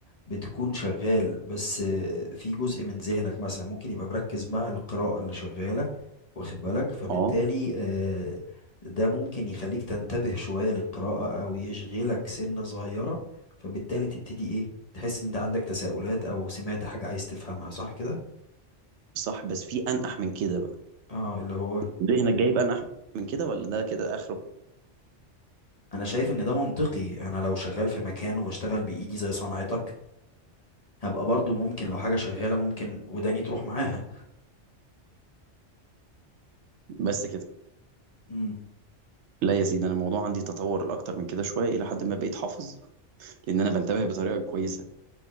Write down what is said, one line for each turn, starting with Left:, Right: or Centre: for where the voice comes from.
Left: بتكون شغال بس في جزء من ذهنك مثلا ممكن يبقى مركز مع القراءة اللي شغالة واخد بالك فبالتالي
Right: اه
Left: آه، ده ممكن يخليك تنتبه شوية للقراءة او يشغلك سنة صغيرة فبالتالي تبتدي ايه تحس ان انت عندك تساؤلات او سمعت حاجة عايز تفهمها صح كده
Right: صح بس في انقح من كده بقى
Left: اه اللي هو
Right: ذهنك جايب انقح من كده ولا ده كده اخره
Left: انا شايف ان ده منطقي انا لو شغال في مكان وبشتغل بايدي زي صنعتك هبقى برضو ممكن لو حاجة شغالة ممكن وداني تروح معاها
Right: بس كده
Left: امم
Right: لا يا سيدي انا الموضوع عندي تطور الاكتر من كده شويه الى حد ما بقيت حافظ لان انا بنتبه بطريقه كويسه